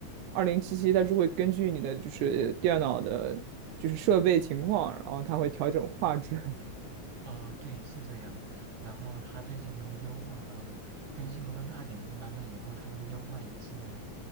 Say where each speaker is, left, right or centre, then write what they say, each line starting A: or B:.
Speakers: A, on the right (about 85°); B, on the right (about 50°).
A: 二零七七它是会根据你的就是电脑的，就是设备情况，然后它会调整画质。
B: 呃，对，是这样。然后它最近那个优化，呃，更新了那个二点零版本以后，它那个优化也是，